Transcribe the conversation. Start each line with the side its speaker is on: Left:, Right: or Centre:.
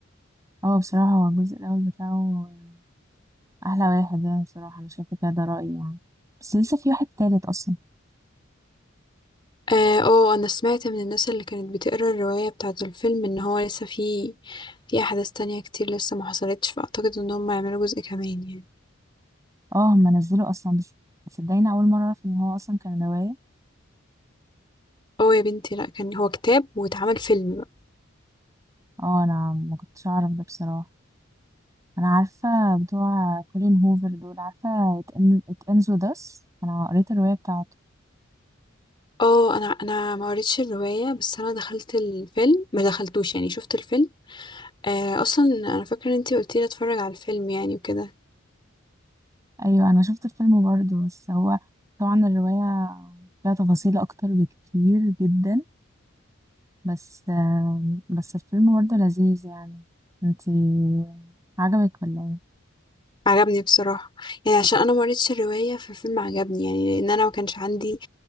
Right: اه بصراحة هو الجزء الأول بتاعه أحلى واحد يعني بصراحة أنا شايفة كده ده رأيي يعني بس لسه في واحد تالت أصلا
Left: اه آه، انا سمعت من الناس اللي كانت بتقرا الرواية بتاعة الفيلم ان هو لسه في في احداث تانية كتير لسه ما حصلتش فاعتقد ان هم يعملوا جزء كمان يعني
Right: اه هم نزلوا اصلا بس صدقيني اول مره اعرف ان هو اصلا كان روايه
Left: اه يا بنتي لا كان هو كتاب واتعمل فيلم بقى.
Right: اه انا ما كنتش اعرف ده بصراحه انا عارفه بتوع كولين هوفر دول عارفه It End- It Ends With Us انا قريت الروايه بتاعته
Left: اه انا انا ما قريتش الروايه بس انا دخلت الفيلم ما دخلتوش يعني شفت الفيلم آه اصلا انا فاكره ان انتي قلتي لي اتفرج على الفيلم يعني وكده
Right: ايوه انا شفت الفيلم برضه بس هو طبعا الروايه فيها تفاصيل اكتر بكتير جدا بس آم، بس الفيلم برضه لذيذ يعني انتي عجبك ولا ايه
Left: عجبني بصراحه يعني عشان انا ما قريتش الروايه فالفيلم عجبني يعني لان انا ما كانش عندي